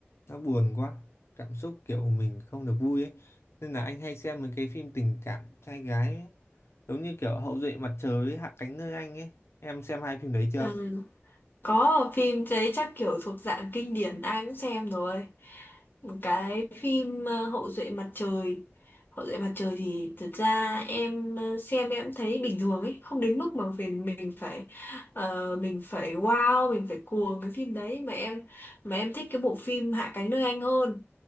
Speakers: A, on the left; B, on the left.
A: nó buồn quá cảm xúc kiểu mình không được vui ấy nên là anh hay xem mấy cái phim tình cảm trai gái ấy. giống như kiểu hậu duệ mặt trời với hạ cánh nơi anh ấy em xem hai phim đấy chưa
B: Ừ. Có phim đấy chắc kiểu thuộc dạng kinh điển ai cũng xem rồi. Cái phim ờ, Hậu duệ mặt trời. Hậu duệ mặt trời thì thực ra em ờ, xem em thấy bình thường ấy, không đến mức mà mình mình phải ờ, mình phải wow, mình phải cuồng cái phim đấy mà em mà em thích cái bộ phim Hạ cánh nơi anh hơn.